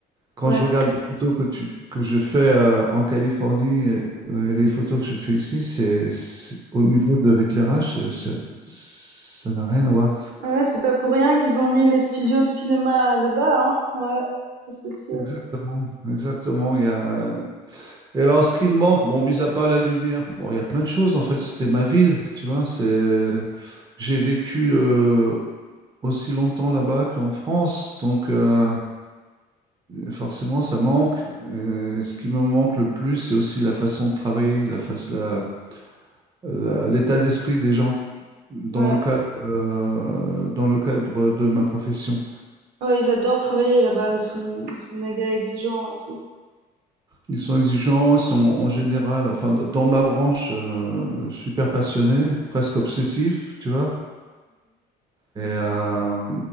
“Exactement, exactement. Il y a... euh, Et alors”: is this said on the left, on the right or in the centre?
Right